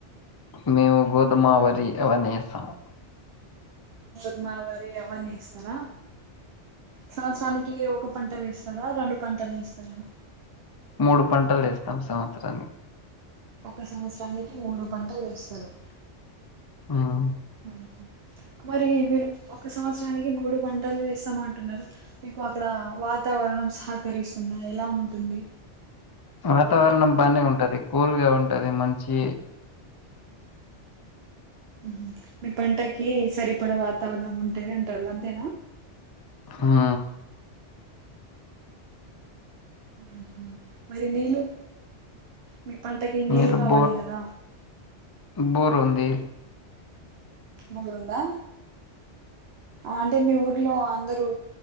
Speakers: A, on the left; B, on the right.
A: మేము గోధుమ వరి అవన్నీ ఏస్తాం
B: దుమాల వరి అవన్నీ ఎస్తారా సంవత్సరానికి యో ఒక్క పంట వేస్తారా రెండు పంటలేస్తారా
A: మూడు పంటలేస్తాం సం చరాని
B: క్క సంవత్సరానికి మూడు పంటలు వేస్తరు
A: మ్మ్
B: ఊహూ మరి మీరు ఒక్క సంవత్సరానికి మూడు పంటలు వేస్తాం అంటున్నారు మీకు అక్కడ వాతావరణం సహకరిస్తుందా ఎలా ఉంటుంది
A: వాతావరణం బానే ఉంటది కూల్ గా ఉన్ టదే మంచి
B: ఊహూ మీ పంటకి సరిపడ వాతావరణం ఉంటది అంటరు అంతేనా
A: హా
B: ఉహు మరి నీళ్ళు మీ పంటకి నీళ్ళు
A: మిల్
B: కావాలి
A: బోర్
B: కదా
A: బోరు ఉంది
B: ముగురుందా. ఆంటే మీ ఊర్లో అందర్. డు